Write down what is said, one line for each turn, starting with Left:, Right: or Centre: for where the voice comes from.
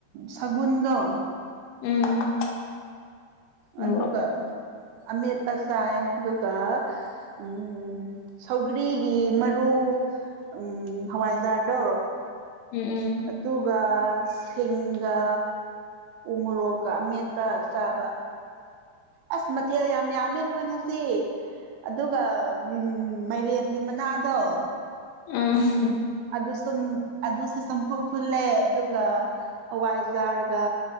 Right: ꯁꯒꯨꯟꯗꫭ
Left: ꯎꯝ ꯃꯣꯔꯣꯛ
Right: ꯑꯗꯨꯒ ꯑꯃꯦꯠꯄ ꯆꯥꯑꯦ꯫ ꯑꯗꯨꯒ ꯎꯝ ꯁꯧꯒ꯭ꯔꯤ ꯒꯤ ꯃꯔꯨ ꯎꯝ ꯍꯋꯥꯏꯖꯥꯔꯗꯣ
Left: ꯎꯝ ꯎꯝ
Right: ꯑꯗꯨꯒ ꯁꯤꯡꯒꯥ ꯎ ꯃꯣꯔꯣꯛꯀ ꯑꯃꯦꯠꯄ ꯆꯥꯕ꯫ ꯑꯁ ꯃꯊꯦꯜ ꯌꯥꯝ ꯌꯥꯝꯃꯦ ꯑꯈꯣꯏ ꯉꯁꯤ꯫ ꯑꯗꯨꯒ ꯃꯥꯏꯔꯦꯟꯒꯤ ꯃꯅꯥꯗꯣ
Left: <unintelligible>
Right: ꯑꯗꯨ ꯁꯨꯝ ꯑꯗꯨꯁꯨ ꯆꯝꯐꯨꯠ ꯐꯨꯠꯂꯦ ꯑꯗꯨꯒ ꯍꯋꯥꯏꯖꯥꯔꯒ